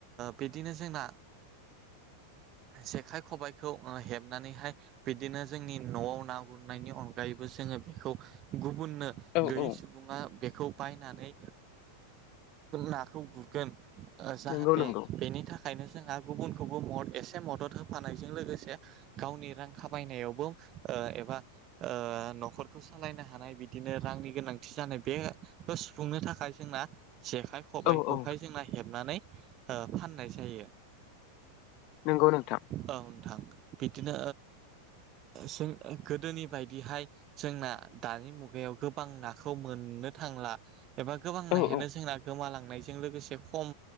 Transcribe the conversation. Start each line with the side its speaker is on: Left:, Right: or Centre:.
Right: बिदिनो जोंना जेखाय खबाइखौ हेबनानैहाय बिदिनो जोंनि न'आव ना गुरनायनि अनगायैबो जोङो बेखौ गुबुननो
Left: औ
Right: गैयै
Left: औ
Right: सुबुङा बे खौ बायनानै नाखौ गुरगोन जाहाथे
Left: नंगौ नंगौ
Right: बेनि थाखाय ओंखायनो जोंहा गुबुनखौबो मदद एसे मदद होफानायजों लोगोसे गावनि रां खामायनायावबो एबा न'खरखौ सालायनो हानाय बिदिनो रांनि गोनांथि जानाय बे खौ सुफुंनो थाखाय जोंना जेखाइ खबाइखौहाय
Left: औ औ
Right: जोंना हेबनानै फाननाय जायो
Left: नोंगौ नोंथां
Right: औ नोंथां बिदिनो जों गोदोनि बायदिहाय जोंना दानि मुगायाव गोबां नाखौ मोननो थाखाय थांला एबा गोबांनायानो
Left: औ औ
Right: जोंना गोमालांनायजों लोगोसे खम